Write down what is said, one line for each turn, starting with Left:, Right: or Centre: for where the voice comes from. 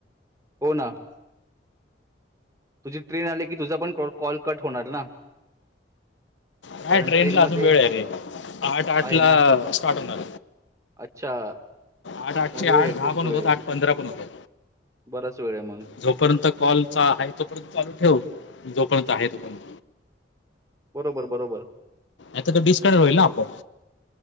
Right: हो ना? तुझी ट्रेन आली की मग तुझा पण कॉल कट होणार ना?
Left: काय?
Right: कारण
Left: ट्रेन
Right: ट्रेनमध्ये
Left: ला अजून वेळ आहे रे आठ आठ
Right: आहे
Left: ला
Right: ना?
Left: स्टार्ट होणार.
Right: अच्छा.
Left: आठ, आठशे
Right: मग वेळ आहे,
Left: दहा,
Right: खूप
Left: पण
Right: वेळ
Left: होतात
Right: आहे.
Left: आठ पंधरा पण होतात.
Right: बराच वेळ आहे मग.
Left: जोपर्यंत कॉल च आहे तोपर्यंत चालू ठेव जोपर्यंत आहे तोपर्यंत
Right: बरोबर बरोबर
Left: आता तर डिस्कार्ड होईल ना आपोआप.